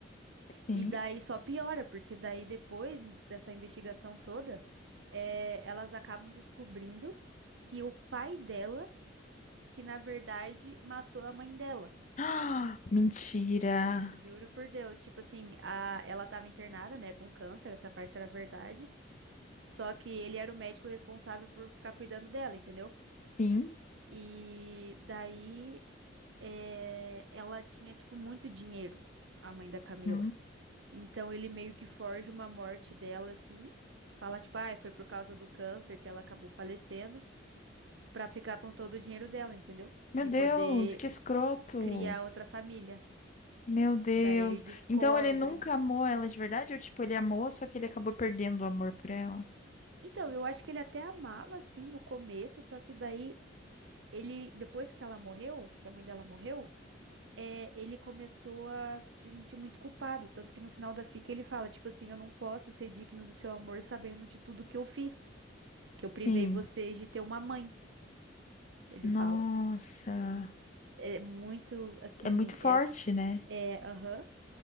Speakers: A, on the left; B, on the right.
A: sim.
B: E daí só piora, porque daí depois dessa investigação toda, é, elas acabam descobrindo que o pai dela, que na verdade matou a mãe dela.
A: <gasps> Ah, mentira.
B: Juro por Deus. Tipo assim, a, ela tava internada, né, com câncer, essa parte era verdade. Só que ele era o médico responsável por ficar cuidando dela, entendeu?
A: Sim.
B: E daí eh, ela tinha, tipo, muito dinheiro, a mãe da Camila.
A: Hum.
B: Então ele meio que forja uma morte dela, assim. Fala, tipo, ah, foi por causa do câncer que ela acabou falecendo, pra ficar com todo o dinheiro dela, entendeu?
A: Meu
B: E
A: Deus,
B: poder
A: que escroto.
B: criar outra família.
A: Meu Deus.
B: Daí eles descobrem.
A: Então ele nunca amou ela de verdade? Ou tipo, ele amou, só que ele acabou perdendo o amor por ela?
B: Então, eu acho que ele até amava, assim, no começo, só que daí ele, depois que ela morreu, que a mãe dela morreu. é, ele começou a se sentir muito culpado, tanto que no final da fica ele fala, tipo assim, eu não posso ser digno do seu amor sabendo de tudo que eu fiz, que eu privei
A: Sim.
B: vocês de ter uma mãe, ele
A: Nossa.
B: fala. É muito, assim,
A: É muito forte,
B: essa,
A: né?
B: é, aham.